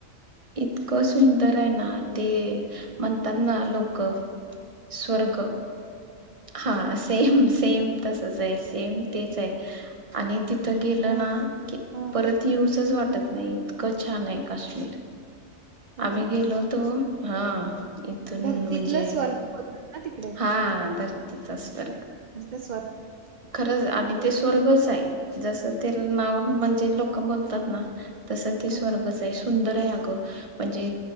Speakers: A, on the right; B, on the right.
A: इतकं सुंदर आहे ना ते म्हणतात ना लोक स्वर्ग! हां सेम सेम तसंच आहे सेम तेच आहे. आणि तिथं गेलं
B: हा
A: ना की
B: हा
A: परत येऊसच वाटत नाही इतकं छान आहे काश्मीर
B: होय
A: आम्ही गेलो होतो हां इथून
B: धरतीतलं
A: म्हणजे
B: स्वर्ग बोलतात ना तिकडे
A: हा
B: तिक
A: धरतीचा
B: <unintelligible>
A: स्वर खरंच आणि ते स्वर्गच आहे जसं ते नाव म्हणजे लोक बोलतात ना. तसं ते स्वर्गच
B: हा
A: आहे सुंदर आहे अगं. म्हणजे